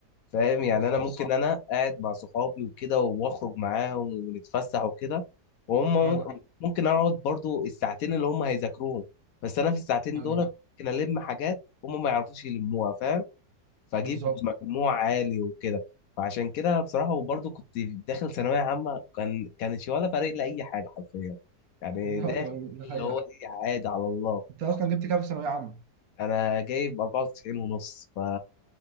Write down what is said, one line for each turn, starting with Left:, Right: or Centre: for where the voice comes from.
Left: فاهم يعني
Right: بالظبط
Left: انا ممكن بالظبط انا قاعد مع صحابي وكده واخرج معاهم ونتفسح وكده وهم مم-
Right: ايوه
Left: ممكن اقعد برضو الساعتين اللي هم هيذاكروهم بس انا في الساعتين
Right: ايوه
Left: دول ممكن الم حاجات هم ما يعرفوش يلموها فاهم فاجيب
Right: بالظبط
Left: مجموع عالي وكده فعشان كده بصراحة وبرضو كنت داخل ثانوية عامة كان كانش ولا فارق لي اي حاجة حرفيا يعني
Right: ايوه
Left: داخل
Right: ايوه دي
Left: اللي
Right: حقيقه
Left: هو ايه عادي على الله
Right: انت اصلا جبت كام في ثانويه عامه
Left: انا جايب 94 ونص ف